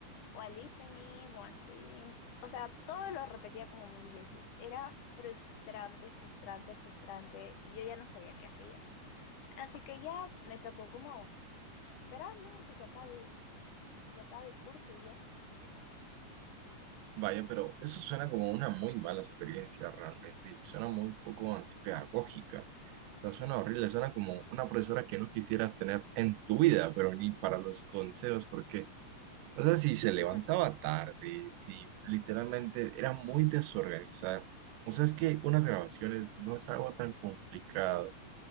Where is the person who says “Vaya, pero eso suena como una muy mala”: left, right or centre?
Right